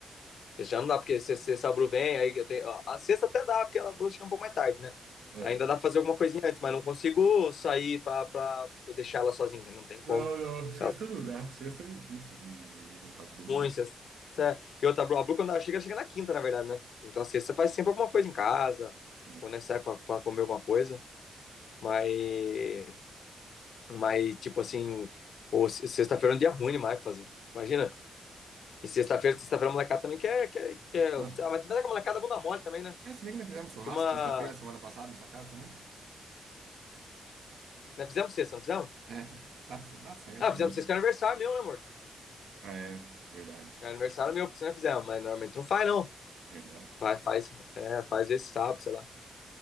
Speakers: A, on the left; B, on the right.
A: Sexta já não dá, porque se- se- se a Bru vem, aí eu tenho. ó, a sexta até dá, porque a Bru chega um pouco mais tarde, né?
B: É.
A: Ainda dá pra fazer alguma coisinha antes, mas não consigo sair pra, pra deixar ela sozinha. Não tem
B: Não,
A: como.
B: não, sexta
A: Ela
B: não dá. Sexta é difícil de, de juntar todo mundo.
A: é ruim, sexta. é. E outra, a Bru, quando ela chega, ela chega na quinta, na verdade, né? Então a sexta faz sempre alguma coisa em casa,
B: É.
A: ou né, sai pra, pra comer alguma coisa. Mas, mas tipo assim, ou sexta-feira é um dia ruim demais pra fazer. Imagina. E sexta-feira, sexta-feira a molecada também quer, quer, quer. Ah,
B: Não.
A: mas também é que a molecada é bunda mole também, né?
B: É, se bem que nós fizemos churrasco
A: Turma.
B: sexta-feira, semana passada, na sua casa também.
A: Né, fizemos sexta, não fizemos?
B: É, <laughs> dá, dá certo
A: Ah,
B: também.
A: fizemos sexta que é aniversário meu, né, morto?
B: Ah, é, verdade,
A: É aniversário meu, por isso não fizemos, mas normalmente não faz, não.
B: verdade.
A: Vai, faz. É, faz esse sábado, sei lá.